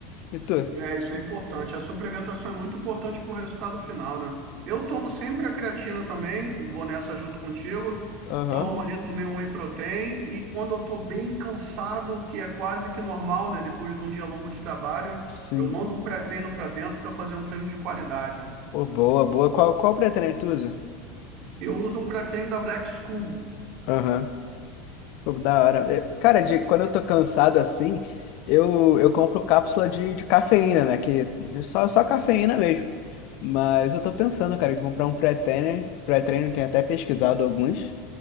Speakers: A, on the left; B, on the right.
A: E tu?
B: É, isso é importante. A suplementação é muito importante para o resultado final, né? Eu tomo sempre a creatina também, vou nessa junto contigo.
A: Aham,
B: Tomo ali também um whey protein e quando eu tô bem cansado, que é quase que normal, né? Depois de um dia longo de trabalho,
A: sim.
B: eu mando um pré-treino para dentro para fazer um treino de qualidade.
A: Pô, boa, boa. Qual, qual pretérito tu usa?
B: Eu uso um pré-treino da Black School.
A: Aham, Pô, da hora. Eu- cara, de- quando eu tô cansado assim, eu, eu compro cápsula de, de cafeína, né? Que é só, só cafeína mesmo. Mas eu tô pensando, cara, em comprar um pré-treino. Pré-treino, tenho até pesquisado alguns.